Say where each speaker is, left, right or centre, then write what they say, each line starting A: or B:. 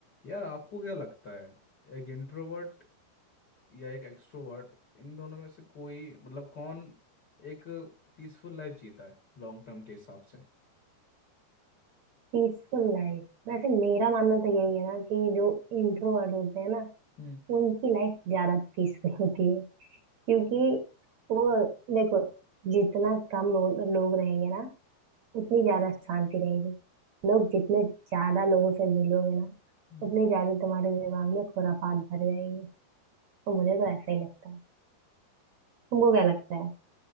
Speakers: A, on the left; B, on the right.
A: यार आपको क्या लगता है एक इंट्रोवर्ट या एक एक्सट्रोवर्ट इन दोनों में से कोई मतलब कौन एक पीसफुल लाइफ जीता है लॉन्ग टर्म के हिसाब से
B: Peaceful life वैसे मेरा मानना तो यही है ना कि जो इंट्रोवर्ट होते हैं ना
A: हम्म
B: उनकी लाइफ ज्यादा पीसफुल <laughs> होती है क्योंकि वो देखो जितना कम लो, लोग रहेंगे ना उतनी ज्यादा शांति रहेगी लोग जितने ज्यादा लोगों से मिलोगे ना
A: हम्म
B: उतने ज्यादा तुम्हारे दिमाग में खुरापात भर जाएगी तो मुझे तो ऐसा ही लगता है तुमको क्या लगता है